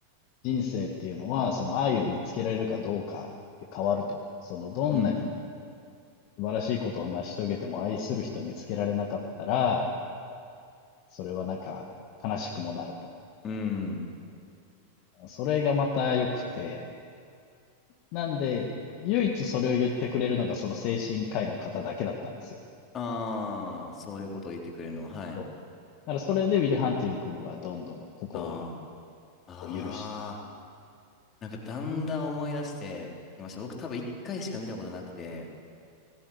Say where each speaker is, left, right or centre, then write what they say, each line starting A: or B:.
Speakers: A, on the left; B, on the left.
A: 人生っていうのは、その愛を見つけられるかどうかで変わると。その、どんなに
B: うん
A: 素晴らしいことを成し遂げても愛する人を見つけられなかったら、それはなんか悲しくもなると。
B: うん。うん。
A: それがまた良くて、なんで、唯一それを言ってくれるのがその精神科医の方だけだったんですよ。
B: ああ、そういうことを言ってくれるのは、はい。
A: そう。だからそれでウィル・ハンティング君はどんどん心
B: ああ。ああ、
A: を許して、
B: なんかだんだん思い出してきました。僕多分一回しか見たことなくて、